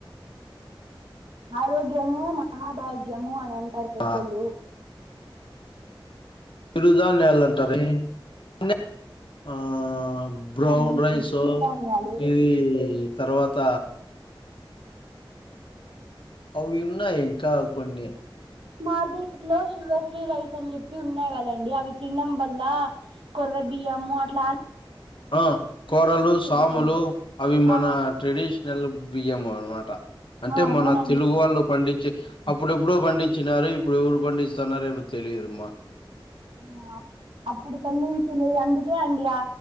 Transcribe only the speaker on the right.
ఆరోగ్య ము భాగ్యము మహాభాగ్యము అని అంటారు పెద్దలు
ఉమ్,
చిరుధాన్యాలు
భార్గయి ఒంట్లో షుగర్ ఫ్రీ అయి అని చెప్పి ఉన్నాయి కదండి అవి తినడం వల్ల కొర్ర బియ్యము అట్లా
కొంచెం
ఆ
ఆ
అవునండి
ఆ అప్పుడు పండించిన అందుకే అండి ఆ